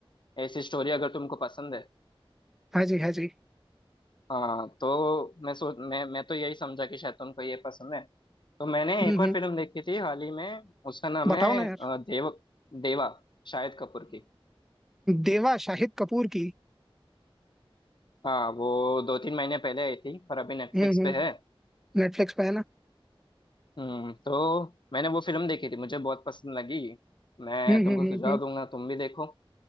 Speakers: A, on the left (about 55°); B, in the centre.
A: ऐसी स्टोरी अगर तुमको पसंद है
B: हाँ जी हाँ जी
A: हाँ तो मैं सोच मैं मैं तो यही समझा कि शायद तुमको ये पसंद है तो मैंने
B: हम्म
A: एक और
B: हम्म
A: फिल्म देखी थी हाल ही में उसका नाम
B: बताओ
A: है
B: ना यार
A: अ, देव देवा शाहिद कपूर की
B: देवा शाहिद कपूर की
A: हाँ वो दो तीन महीने पहले आई थी पर अभी नेटफ्लिक्स
B: हम्म हम्म
A: पे है
B: नेटफ्लिक्स पे है ना
A: हम्म तो मैंने वो फिल्म देखी थी मुझे बहुत पसंद लगी मैं
B: हम्म
A: तुमको
B: हम्म
A: सुझाव
B: हम्म
A: दूंगा तुम भी देखो